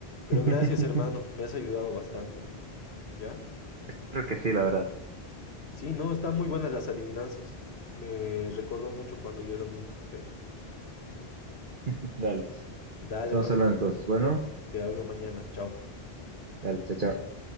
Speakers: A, on the left; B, on the right.
A: Pero
B: <laughs>
A: gracias, hermano, me has ayudado bastante. ¿Ya?
B: Creo que sí, la verdad.
A: Sí, no, están muy buenas las adivinanzas. Me recordó mucho cuando yo era un niño. <laughs>
B: <laughs> Dale.
A: Dale,
B: Estamos
A: hermano,
B: hablando entonces. Bueno,
A: te hablo mañana. Chao.
B: dale, chao, chao.